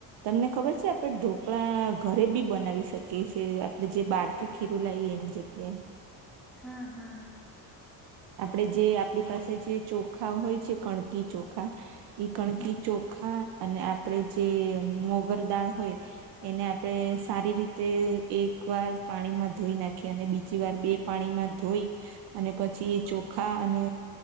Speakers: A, on the right; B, in the centre.
A: તમને ખબર છે, આપણે ઢોકળા ઘરે બી બનાવી શકીએ છે, આપણે જે બહારથી ખીરું લાઈ એની જગ્યા
B: હા હા.
A: આપડે જે આપણી પાસે જે ચોખા હોય છે, કણકી ચોખા ઈ કણકી
B: હા
A: ચોખા અને આપડે જે મોગર દાળ હોય એને આપણે સારી રીતે એક વાર પાણીમાં ધોઈ નાખી અને બીજી વાર બે પાણીમાં ધોઈ અને પ છી ચોખા અને